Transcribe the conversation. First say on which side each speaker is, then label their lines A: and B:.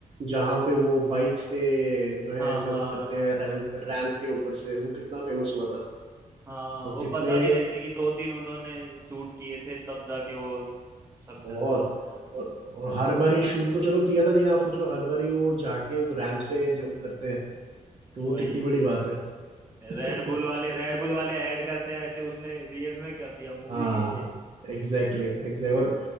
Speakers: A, on the right; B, on the right.
A: जहाँ पे वो बाइक से जो है
B: हाँ
A: जंप
B: हाँ
A: करते हैं रैंप रैंप के ऊपर से वो कितना फेमस हुआ था
B: हाँ
A: और
B: वो
A: कितने
B: बता भी रहे थे कि दो तीन उन्होंने शूट किए थे तब जाके वो सक्सेस
A: बहुत
B: हुआ था वाला
A: और, और हर बार ही शूट तो चलो किया था लेकिन आप सोचो हर बार ही वो जाके उस रैंप से जंप करते हैं तो
B: वही
A: वो कितनी
B: है
A: बड़ी बात है <laughs>
B: रेड बुल वाले रेड बुल वाले ऐड करते हैं ऐसे उसने रियल में कर दिया मूवी
A: हाँ
B: के लिए
A: एग्जैक्टली exactly, एग्जैक्ट exactly. और